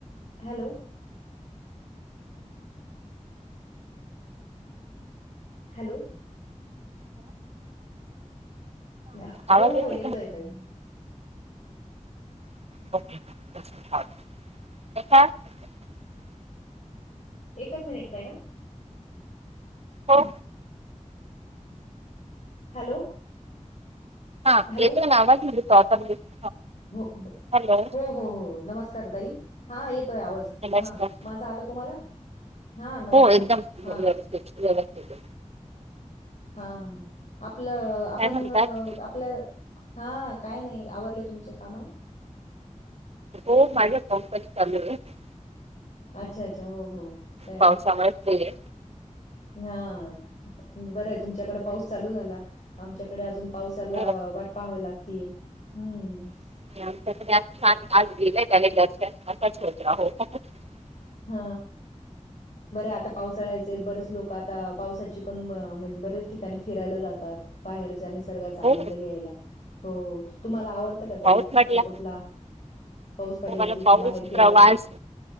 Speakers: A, on the left; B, on the right.
A: हॅलो हॅलो द
B: आवाज
A: हो हो
B: येतोय
A: येतो येतय
B: <inaudible>
A: एकच मिनिट ताई हं
B: हो
A: हॅलो
B: हा
A: हॅलो
B: येेतो ना आवाज <unintelligible>
A: हो हो
B: हॅलो
A: हो हो नमस्कार ताई हा ये येतंय आवाज
B: नमस्कार
A: हं माझ आला तुम्हाला हा नमस्कार
B: हो एकदम व्यवस्थित
A: हा
B: व्यवस्थित
A: हा आपलं आपण
B: काय म्हणतात
A: आपल्या हा काय नाही आवरले तुमचे काम
B: हो मजे फोन पनं चालू हेत
A: अच्छा अच्छा हो हो त्या
B: पावसामुळे
A: ना
B: फ्री आहे
A: हा बरंय तुमच्याकडे पाऊस चालू झाला आमच्याकडे अजून पावसाला
B: हो
A: वाट पाहावी लागतीय <unintelligible>
B: <inaudible>
A: हा बरं आता पावसाळा्यायचे बरेच लोक आता पावसाची पण बर्याच ठिकाणी फिरायला जातात बाहेरच्या निसर्गाचा आनंद
B: हो
A: घ्यायला हो तुम्हाला आवडत का ताई
B: पाऊस म्हटला
A: असं कुठला पाऊस पडला
B: मला
A: की
B: पाऊस
A: बाहेर फिरायला.
B: प्रवास